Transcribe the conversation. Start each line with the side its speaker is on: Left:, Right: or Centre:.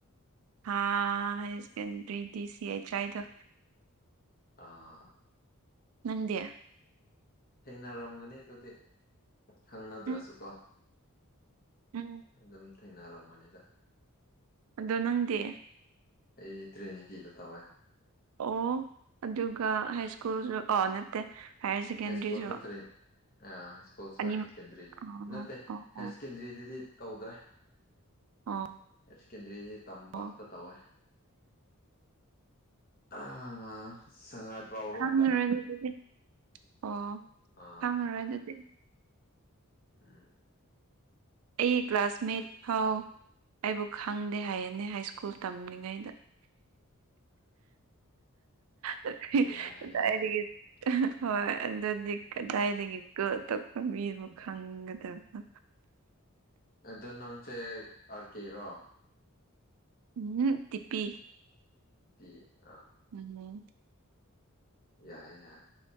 Right: ꯍꯥꯥ ꯍ ꯁꯦꯀꯦꯟꯗꯔꯤꯗꯤ ꯁꯤ ꯑꯦꯆ ꯑꯥꯏꯗ
Left: ꯑꯥ
Right: ꯅꯗꯌꯥ
Left: ꯊꯦꯡꯅꯔꯝꯒꯅꯤ ꯑꯗꯨꯗꯤ ꯈꯪꯅꯗ꯭ꯔꯁꯨ
Right: ꯎꯝ
Left: ꯀꯣ
Right: ꯎꯝ
Left: ꯑꯗꯨꯝ ꯊꯦꯡꯅꯔꯝꯕꯅꯤꯗ
Right: ꯑꯗꯣ ꯅꯪꯗꯤ
Left: ꯑꯩꯗꯤ ꯇ꯭ꯔꯦꯅꯤꯀꯤꯤꯗ ꯇꯧꯋꯦ
Right: ꯑꯣ ꯑꯗꯨꯒ ꯍꯥꯏ ꯁ꯭ꯀꯨꯜꯁꯨ ꯑꯥ ꯅꯠꯇꯦ ꯍꯥꯏꯌꯔ ꯁꯦꯀꯦꯟꯗꯔꯤꯁꯨ
Left: ꯍ ꯁꯀꯣꯜꯁꯨꯇꯦ ꯑꯀꯨꯜ ꯁꯦꯀꯗꯔꯤ
Right: ꯑꯅꯤꯃꯛ ꯑꯣ
Left: ꯅꯠꯇꯦꯔ
Right: ꯑꯣ ꯑꯣ
Left: ꯁꯦꯀꯦꯟꯗꯔꯤꯗꯗꯤ ꯇꯧꯗ꯭ꯔꯦ <inaudible>
Right: ꯑꯣ
Left: ꯍꯥꯏ ꯁꯦꯀꯦꯟꯗꯔꯤꯁꯤ ꯇꯝꯄꯥꯛꯇ
Right: ꯑꯣ
Left: ꯇꯧꯋꯦ ꯑꯃꯥ ꯁꯉꯥꯏ ꯄ꯭ꯔꯥꯎꯔꯣꯝꯗ
Right: ꯈꯥꯡꯉꯔꯣꯏ ꯑꯗꯨ ꯑꯗꯨꯗꯤ ꯑꯣ
Left: ꯑꯥ
Right: ꯈꯥꯡꯉꯔꯣꯏ ꯑꯗꯨꯗꯤ
Left: ꯎꯝ
Right: ꯑꯩ ꯀ꯭ꯂꯥꯁꯃꯦꯠ ꯐꯥꯎ ꯑꯩꯕꯨ ꯈꯪꯗꯦ ꯍꯥꯏꯌꯦꯅꯦ ꯍꯥꯏꯁ꯭ꯀꯨꯜ ꯇꯝꯂꯤꯉꯩꯗ ꯀꯥꯏꯗꯥꯏꯗꯒꯤ
Left: ꯌꯥꯏ ꯌꯥꯏ
Right: ꯍꯣꯏ ꯑꯗꯨꯗꯤ ꯀꯗꯥꯏꯗꯒꯤ ꯇꯛꯄꯕꯤ ꯑꯃ ꯈꯪꯒꯗꯕ
Left: ꯑꯗꯣ ꯅꯪꯁꯦ ꯑꯥꯔ ꯀꯦꯔꯣ
Right: ꯎꯝ ꯖꯤꯄꯤ
Left: ꯏ ꯑ
Right: ꯎꯝ
Left: ꯌꯥꯏ ꯌꯥꯏ